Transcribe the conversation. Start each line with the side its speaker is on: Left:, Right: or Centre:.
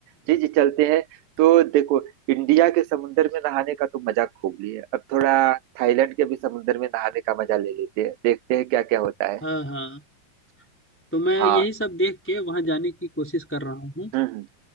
Right: जी जी चलते हैं तो देखो इंडिया के समुंदर में नहाने का तो मजा खूब लिया अब थोड़ा थाईलैंड के भी समुंदर में नहाने का मजा ले लेते हैं देखते हैं क्या क्या होता है
Centre: हाँ हाँ तो मैं
Right: हाँ
Centre: यही सब देख के वहां जाने की कोशिश कर रहा हूँ
Right: हम्म हम्म,